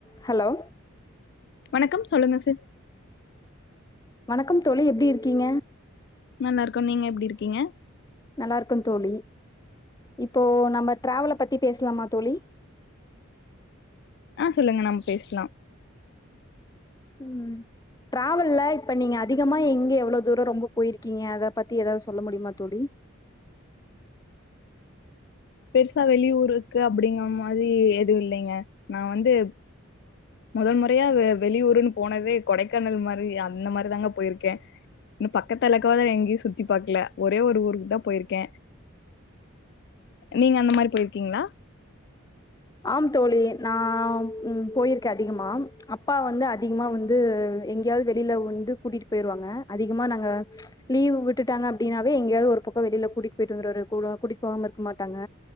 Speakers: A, on the left (about 15°); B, on the left (about 55°).
A: hello
B: வணக்கம் சொல்லுங்க ச
A: வணக்கம் தோழி எப்டி இருக்கீங்க
B: நல்லாருக்கோ நீங்க எப்டி இருக்கீங்க
A: நல்லாருக்க தோழி இப்போ நம்ம டிராவல பத்தி பேசலாமா தோழி
B: ஆ சொல்லுங்க நம்ம பேசலா
A: ம் ட்ராவல்ல இப்போ நீங்க அதிகமாக எங்க எவ்ளோ தூர ரொம்ப போய்ருக்கீங்க அத பத்தி எதாவது சொல்ல முடியுமா தோழி
B: பெருசா வெளியூருக்கு அப்டிங்க மாதி எதுவும் இல்லைங்க நா வந்து மொதல் முறையா வெளியூர்ன்னு போனதே கொடைக்கானல் மாரி அந்த மாரி தாங்க போய்ருக்க இன்னு பக்கத்தாள இருக்கவாது எங்கயு சுத்தி பாக்கல ஒரே ஒரு ஊருக்கு தா போய்ருக்க நீங்க அந்த மாரி போய்ருக்கீங்ளா
A: ஆம் தோழி நா ம் போய்ருக்க அதிகமா அப்பா வந்து அதிகமா வந்து எங்கயாவது வெளில வந்து கூட்டிட்டு போய்ருவாங்க அதிகமா நாங்க லீவு விட்டுட்டாங்க அப்டின்னாவே எங்கயாவது ஒரு பக்க வெளில கூட்டிட்டு போய்ட்டு வந்ருவாரு கூட்டிட்டு போகாம இருக்க மாட்டாங்க